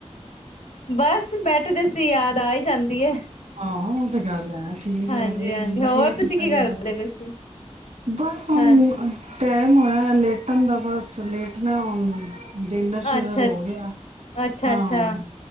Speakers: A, on the left (about 75°); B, on the right (about 75°).
A: ਬਸ ਬੈਠਦੇ ਸੀ ਯਾਦ ਆ ਹੀ ਜਾਂਦੀ ਏ।
B: ਆਹੋ ਉਹ ਤੇ ਗੱਲ ਹੈ ਠੀਕ
A: ਹਾਂਜੀ
B: ਹੈ ਬਾਈ
A: ਹਾਂਜੀ
B: ਵਧੀਆ
A: ਹੋਰ
B: ਕੀਤਾ
A: ਤੁਸੀਂ ਕੀ ਕਰਦੇ
B: ਯਾਦ
A: ਪਏ ਸੀ?
B: ਬਸ ਹੁਣ
A: ਹਾਂ
B: ਟੈ <unintelligible> ਕਂਦਾ ਬਸ ਲੇਟ ਨਾ ਹੁਣ ਡਿਨਰ ਸ਼ਿਨਰ
A: ਅੱਛਾ
B: ਹੋ
A: ਅੱਛਾ
B: ਗਿਆ
A: ਅੱਛਾ
B: ਹਾਂ-
A: ਅੱਛਾ